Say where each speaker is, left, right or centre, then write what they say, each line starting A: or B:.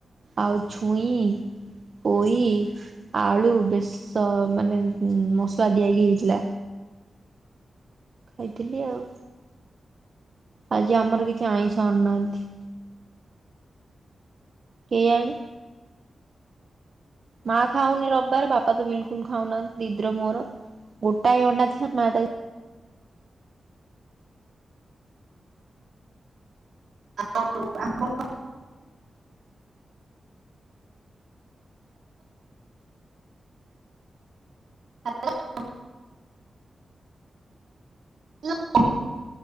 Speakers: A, on the right (about 55°); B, on the right (about 80°).
A: ଆଉ ଛୁଇଁ ପୋଇ ଆଳୁ ବେଶ ମାନେ ମସଲା ଦିଆହେଇକି ହେଇଥିଲା। ଖାଇଥିଲି ଆଉ ଆଜି ଆମର କିଛି ଆଇଁଷ ଆଣୁନାହାନ୍ତି। କେୟାଣି ମା ଖାଉନି ରବିବାର ବାପା ତ ବିଲକୁଲ ଖାଉନାହାନ୍ତି ଦିଦିର ମୋର ଗୋଟାଏ ଅଣ୍ଡା ଥିଲା ମା ତାକୁ
B: ଆଉ <inaudible> ହାଲୋ <unintelligible>